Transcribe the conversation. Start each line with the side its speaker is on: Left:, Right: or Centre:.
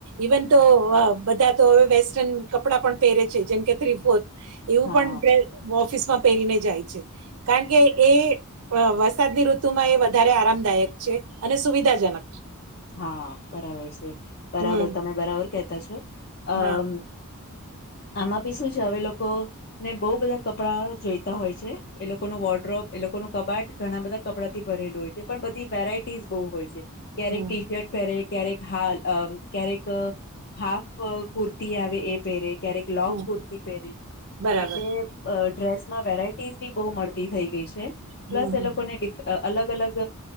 Right: ઇવન તો બધા તો હવે વેસ્ટર્ન કપડા પણ પહેરે છે જેમ કે થ્રી ફોર્થ, એવું
Left: હા
Right: પણ ડ ઓફિસમાં પહેરીને જાય છે. કારણ કે એ વરસાદની ઋતુમાં એ વધારે આરામદાયક છે અને સુવિધાજનક છે
Left: હા બરાબર છે બરાબર
Right: હમ
Left: તમે બરાબર કેતા છો, અમ
Right: હા
Left: આમાં ભી શું છે હવે લોકો ને બહુ બધા કપડા જોઈતા હોય છે એ લોકો ન વોર્ડ્રોપ એ લોકો ન કબાટ. ઘણા બધા કપડાં થી ભરેલું હોય છે પણ બધી વેરાયટીઝ બહુ હોય છે ક્યારેક
Right: હમ
Left: ટી પહેરે ક્યારેક હ ક્યારેક હાફ કુર્તી આવે એ પહેરે ક્યારેક લોંગ
Right: હમ
Left: કુર્તી પહેરે
Right: બરાબર
Left: એટલે અ ડ્રેસમાં વેરાયટીઝ બી બહુ મળતી થઈ ગઈ છે પ્લસ
Right: હમ હમ
Left: એ લોકોને ડ અ અલગ અલગ